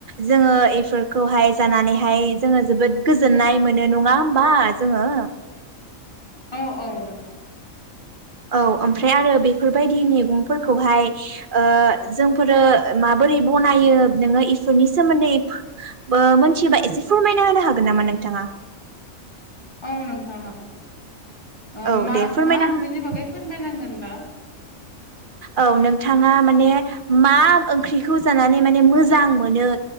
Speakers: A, on the right; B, on the left.
A: जोंङो इफोरखौहाय जानानैहाय जोंङो जोबोद गोजोननाय मोनो नङा हबा जोंङो
B: औ औ नोंथां
A: औ ओमफ्राय आरो बेफोरबायदि मैगंफोरखौहाय ओ जोंफोरो माबोरै बनायो नोङो इफोरनि सोमोन्दै ओ मोनथिबा एसे फोरमायना होनो हागोन नामा नोंथाङा।
B: औ नोंथां हागोन। ओ
A: औ
B: मा
A: दे फोरमायना
B: मा ओंख्रिनि
A: हो
B: बागै फोरमायनांगोन। <unintelligible>
A: औ नोंथाङा माने मा ओंख्रिखौ जानानै माने मोजां मोनो